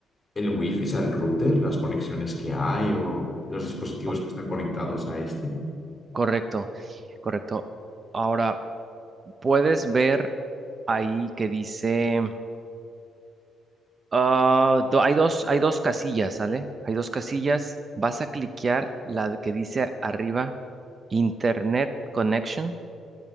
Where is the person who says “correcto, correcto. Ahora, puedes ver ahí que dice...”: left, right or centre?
Right